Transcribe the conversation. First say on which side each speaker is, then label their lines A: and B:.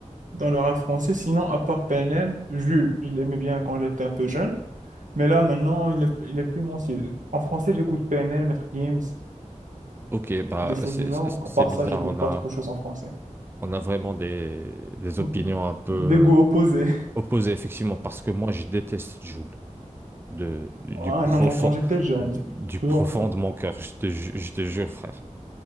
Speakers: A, on the right (about 85°); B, on the right (about 20°).
A: dans le rap français, sinon, à part P N L Jules, je l'aimais bien quand j'étais un peu jeune. Mais là, maintenant, il est, il est plus mon style. En français, j'écoute PNL, Maître Gims,
B: Ok, bah,
A: des choses
B: c'est
A: du genre.
B: c'est-
A: À
B: c'est
A: part
B: bizarre,
A: ça, j'écoute
B: on
A: pas
B: a,
A: trop de choses en français.
B: on a vraiment des, des
A: <laughs>
B: opinions un peu
A: Des
B: euh,
A: goûts opposés.
B: opposées, effectivement, parce que moi, je déteste Jul. de, du
A: Ah
B: profond,
A: non, moi, quand j'étais jeune,
B: du
A: tu
B: profond
A: vois, genre.
B: de mon cœur. Je te, ju- je te jure, frère.